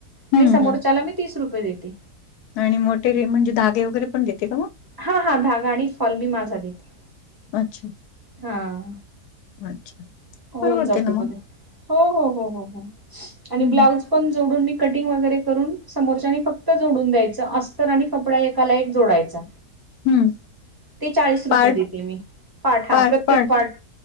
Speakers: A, on the left; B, on the right.
A: हम्म
B: आणि समोरच्याला
A: हम्म
B: मी तीस रुपये देते
A: आणि मोठे रे म्हणजे धगे वगैरे पण देते का म
B: हा हा धागा आणि फॉल मी माझा देते
A: अच्छा
B: हा
A: अच्छा
B: होऊन
A: परवडते
B: जाते
A: ना
B: मध्ये
A: मग
B: हो हो हो हो हो आणि
A: हम्म
B: ब्लाऊज पण जोडून मी कटिंग वगैरे करून समोरच्यानी फक्त जोडून द्यायचं असं स्तर आणि कपडा एकाला एक जोडायचा
A: हम्म
B: ते चाळीस रुपये
A: पार्ट
B: देते मी पाठ हा
A: पार्ट
B: प्रत्येक
A: पार्ट
B: पाठ